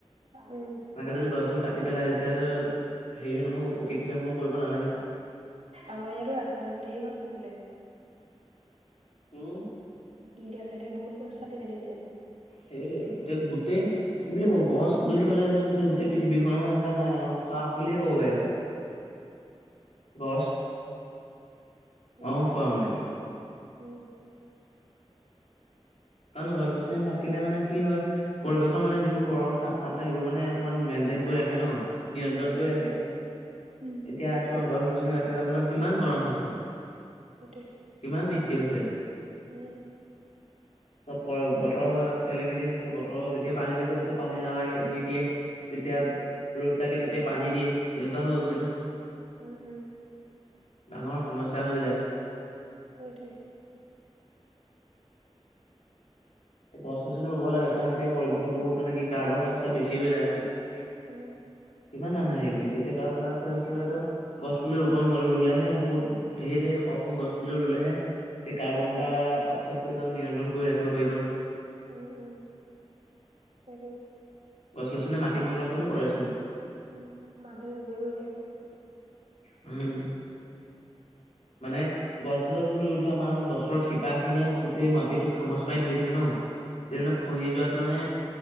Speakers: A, on the right; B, on the left.
A: উম
B: সেনেকে যদি গছবোৰ কাটি কাটি পেলাই তেতিয়াটো হেৰিও নহ'ব, প্ৰকৃতি ধ্বংস কৰিব নালাগে ন।
A: আমাৰ ইয়াতো ৰাস্তা <unintelligible> ধেৰ গছ কাটিলে।
B: উম,
A: দুইটা চাইটে এতিয়া বহুত গছ কাটিলে তেতিয়া।
B: সেইটোৱেইটো এতিয়া গোটেই কি বুলি কব গছ বুলি ক'লে, গোটেই পৃথিৱীখনো একদম উশাহ বুলিয়ে কব পাৰি আৰু। গছ,
A: উম
B: অ', খোৱা মানে।
A: উম,
B: কাৰণ গছ-গছনি থাকিলে মানে কি হয়? পৰিৱেশৰ মানে যিবোৰ গৰম তাপমাত্ৰা, সেইবোৰ মানে অকমান মেইনটেইন কৰি ৰাখে ন। নিয়ন্ত্ৰণ
A: উম
B: কৰি ৰাখে,
A: উম উম
B: এতিয়া চোৱা গছ-গছনি কাটি যোৱাৰ ফালে কিমান গৰম হৈছে।
A: সেইটোৱেই,
B: কিমান বৃদ্ধি হৈছে।
A: উম।
B: চব বতৰ খেলি-মেলি হৈছে বতৰৰ যেতিয়া পানী লাগে, তেতিয়া পানী নালাগে নিদিয়ে। যেতিয়া,
A: উম
B: ৰ'দ লাগে তেতিয়া পানী দিয়ে, তেনেকুৱা হৈ গৈছে
A: উম
B: ন।
A: উম উম
B: ডাঙৰ সমস্যা হৈ যায়।
A: সেইটোৱে।
B: গছ-গছনি ৰুব লাগে, কাৰণ এতিয়া পৰিৱেশত বহুত মানে কি কাৰ্বন ডাই অক্সাইড বেছি হৈ যায় ন।
A: উম
B: না, না, না, নাই ইমান মানুহ হেৰি কৰিছে, এতিয়া কাৰ্বন-ডাই অক্সাইড বেছি হ'লেটো গছ পুলি ৰোপণ ৰুলেহে বহুত ধেৰ ধেৰ শ- শ গছ পুলি ৰুলেহে সেই কাৰ্বন
A: উম
B: ডা অক্সাইডটো একদম নিয়ন্ত্ৰণ কৰি ৰাখিব পাৰিব ন?
A: অ', অ' তাকেই।
B: গছ-গছনিয়ে মাটি সংৰক্ষণো কৰেচোন?
A: উম, মানুহে নিজেই কৰিছে এইবোৰ।
B: উম। মানে গছজোপা জোপ তুমি ৰুই থোৱা, মানে গছৰ শিপাখিনিয়ে গোটেই মাটিটো খামচ মাৰি ধৰি থাকে ন? তেতিয়া মানে খহি যোৱাত মানে